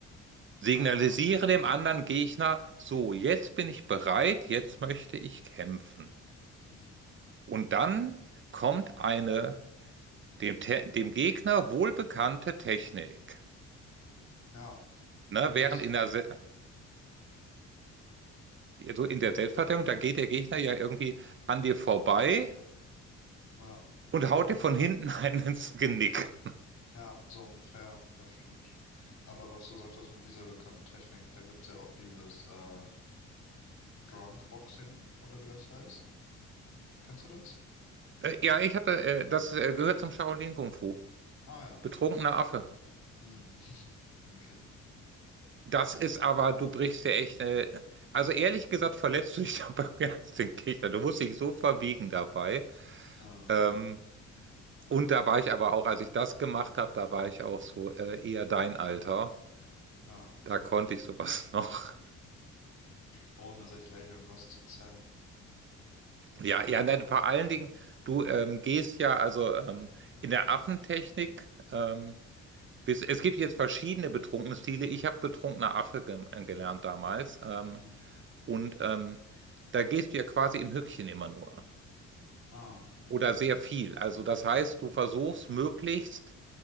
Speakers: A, on the right; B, on the left.
A: signalisiere
B: Ja, ja.
A: dem anderen Gegner, so, jetzt bin ich bereit, jetzt möchte ich kämpfen.
B: Hm.
A: Und dann kommt eine dem, Te dem Gegner wohlbekannte Technik.
B: Ja,
A: Ne? Während
B: das.
A: in der, Se so in der Selbstverteidigung, da geht der Gegner ja irgendwie an dir vorbei
B: Ja,
A: und haut dir von hinten <laughs> einen ins Genick.
B: ja, so ungefähr, das stimmt. Aber was du sagtest mit dieser bekannten Technik, da gibt's ja auch dieses äh, Drunk Boxing oder wie das heißt. Kennst du das?
A: Äh, ja, ich hatte, äh, das
B: Hm.
A: äh, gehört zum Shaolin Kung Fu.
B: Ah ja,
A: Betrunkener
B: okay.
A: Affe.
B: Hm. <laughs> Okay.
A: Das ist aber, du brichst ja echt, äh, also ehrlich gesagt, verletzt du dich <laughs> dabei mehr als den Gegner. Du musst dich so verbiegen dabei.
B: Ah,
A: Ähm, Und da war ich aber auch, als ich das gemacht habe, da war ich auch so äh, eher dein Alter.
B: ah, okay.
A: Da konnte ich sowas <laughs> noch.
B: Ohne sich gleich irgendwas zu zerren.
A: Ja, ja, nein, vor allen Dingen, du ähm, gehst ja also ähm, in der Affentechnik. Ähm, bis, es gibt jetzt verschiedene betrunkene Stile. Ich habe betrunkener Affe gem- äh, gelernt damals. Ähm,
B: Hm.
A: und ähm, da gehst du ja quasi im Höckchen immer nur.
B: Ah, okay.
A: Oder sehr viel. Also das heißt, du versuchst möglichst